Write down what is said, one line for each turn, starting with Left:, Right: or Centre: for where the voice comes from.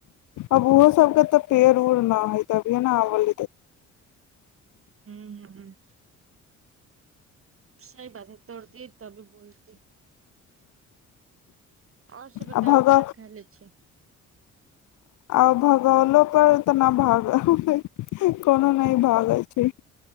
Left: अब ओहो सभके तऽ पेड़ उड़ नहि हइ तभिए ने आबल
Right: हूँ हूँ हूँ सही बात हइ तोड़तीयै तबे बोलती आओर सब बताउ
Left: आ भग
Right: का खैले छै
Left: आ भगौलो पर ते ना भागल। उ कोनो नै भागे छै।